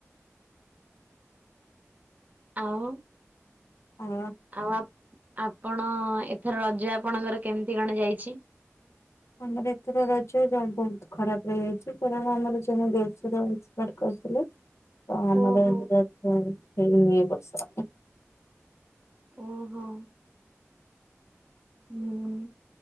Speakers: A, on the right; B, on the left.
A: ଆଉ।
B: ହଁ।
A: ଆଉ ଆପ୍ ଆପଣ ଏଥର ରଜ ଆପଣଙ୍କର କେମିତି କଣ ଯାଇଛି?
B: ଆମର ଏଥର ରାଜ୍ୟ ବହୁତ୍ ଖରାପ୍ ରହିଯାଇଛି କାରଣ ଆମର ଜଣେ ଦେଶର କରିଥିଲେ ତ ଆମର
A: ଓହୋ।
B: ହେଇନି ଏ ବର୍ଷ।
A: ଓହୋ। ହୁଁ